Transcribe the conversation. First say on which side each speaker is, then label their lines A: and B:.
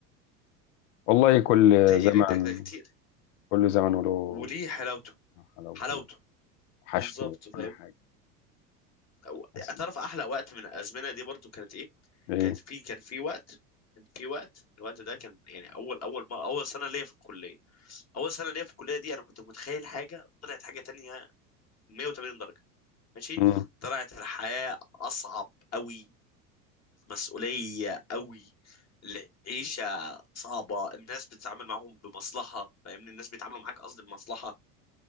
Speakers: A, on the left (about 55°); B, on the left (about 35°).
A: والله كل
B: انت يعني
A: زمن
B: ده ده كتير
A: كل زمن وله
B: وليه حلاوته
A: حلاوته
B: حلاوته
A: وله وحشته
B: بالظبط
A: وكل
B: فاهم
A: حاجه
B: أو-
A: بس
B: تعرف احلى وقت من الازمنه دي برضو كانت ايه
A: ايه
B: كانت في كان في وقت كان في وقت الوقت ده كان يعني اول اول ما اول سنه ليا في الكليه اول سنه ليا في الكليه دي انا كنت متخيل حاجه طلعت حاجه تانية 180 درجه ماشي
A: <clears throat>
B: طلعت الحياه اصعب قوي مسؤوليه قوي العيشه صعبه الناس بتتعامل معاهم بمصلحه فاهمني الناس بيتعاملوا معاك قصدي بمصلحه